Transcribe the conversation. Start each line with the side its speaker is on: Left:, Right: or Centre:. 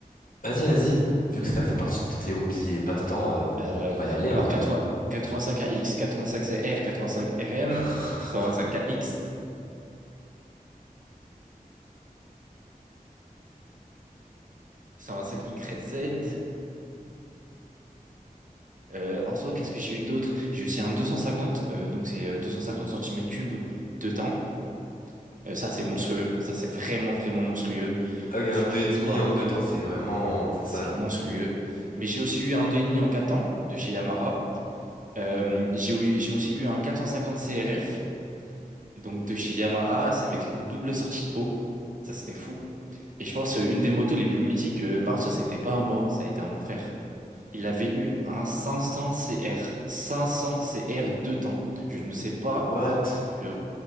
Left: Vas-y, vas-y. Vu que ça fait partie de tes hobbies et passe-temps, euh,
Right: Euh,
Left: on, on va y aller,
Right: alors
Left: hein, vas-y.
Right: 80 85AX, 85CR, 85RM,
Left: <laughs>
Right: 125 X. 125YZ. Euh, en soi, qu'est-ce que j'ai eu d'autre? J'ai aussi un 250, euh, donc c'est euh, 250 centimètres cubes de temps. Euh, ça, c'est
Left: Ok.
Right: monstrueux. Ça, c'est vraiment, vraiment monstrueux.
Left: Ah oui,
Right: Ensuite,
Left: un deux
Right: j'ai
Left: et demi
Right: eu quoi?
Left: en deux temps, c'est vraiment... C'est
Right: C'est
Left: sale.
Right: monstrueux. Mais j'ai aussi eu un 2,5 en 4 temps de chez Yamaha. Euh, j'ai eu- j'ai aussi eu un 450 CRF, donc de chez Yamaha. C'est avec les doubles sorties de peau. Ça, c'était fou. Et je pense, euh, une des motos les plus mythiques, euh, bah, ça, c'était pas à moi, ça a été à mon frère. Il avait eu un 500 CR. 500 CR deux temps. Je ne sais pas
Left: What?
Right: si sur